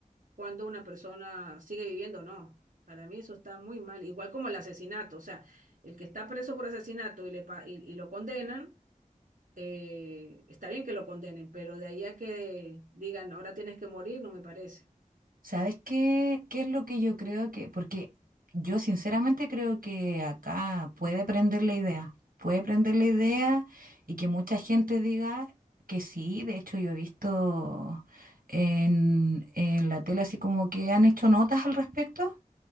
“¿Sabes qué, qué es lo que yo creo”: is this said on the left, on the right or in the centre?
Right